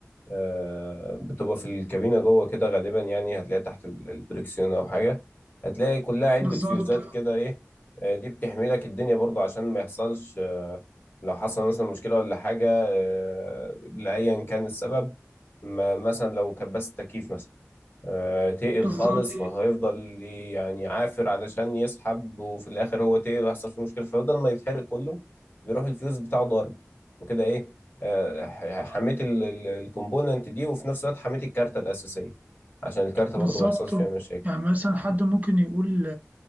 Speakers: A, on the left; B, on the right.
A: آه بتبقى في الكابينه جوه كده غالبا يعني هتلاقيها تحت ال- الدركسيون او حاجه هتلاقي كلها علبه
B: بالظبط
A: فيوزات كده ايه آه دي بتحمي لك الدنيا برضو عشان ما يحصلش آه لو حصل مثلا مشكله ولا حاجه آه لايا كان السبب ما مثلا لو كبست تكييف مثلا آه، تقل
B: بالظبط
A: خالص فهيفضل يعني عافر علشان يسحب وفي الاخر هو تقل ويحصل فيه مشكله فبدل ما يتحرق كله بيروح الفيوز بتاعه ضارب وكده ايه آه، ح- حميت ال- ال- الكومبوننت دي وفي نفس الوقت حميت الكارته الاساسيه عشان الكارته
B: بالظبط
A: برضو ما يحصلش فيها مشاكل
B: يعني مثلا حد ممكن يقول